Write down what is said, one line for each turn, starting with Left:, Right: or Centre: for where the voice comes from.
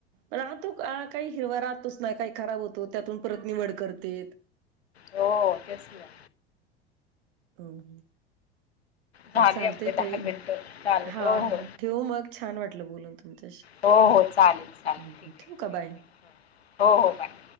Right: राहतो काही हिरवा राहतोच ना काही खराब होतो त्यातून परत निवड करते
Left: हो तेच नाही
Right: हम हम
Left: झाले
Right: चालतय
Left: आपले दहा
Right: तई
Left: मिनटं चालेल
Right: हा
Left: हो हो
Right: हा ठेव मग छान वाटलं बोलून तुमच्याशी
Left: हो हो चालेल चालेल
Right: हम्म,
Left: ठीक
Right: ठेवू
Left: आहे
Right: का बाय.
Left: थँक्यू हो हो बाय